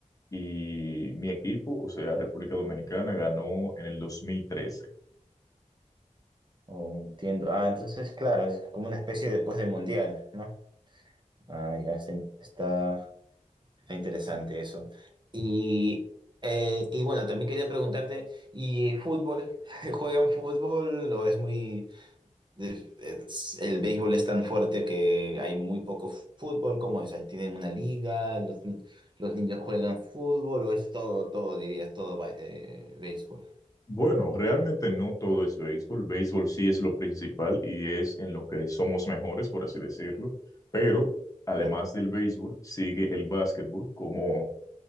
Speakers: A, on the left; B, on the right.
A: y mi equipo, o sea, República Dominicana, ganó en el 2013.
B: Oh, entiendo. Ah, entonces, claro, es como una especie después del Mundial, ¿no? Ah, ya se- está. Está interesante eso. Y, eh, y bueno, también quería preguntarte, ¿y fútbol? <laughs> ¿Juegan fútbol o es muy... es- el béisbol es tan fuerte que hay muy poco fútbol? ¿Cómo es? ¿Ahí tienen una liga? ¿Los, ni- los niños juegan fútbol o es todo, todo, dirías, todo ba- eh, béisbol?
A: Bueno, realmente no todo es béisbol. Béisbol sí es lo principal y es en lo que somos mejores, por así decirlo. Pero además
B: Claro,
A: del béisbol, sigue el básquetbol como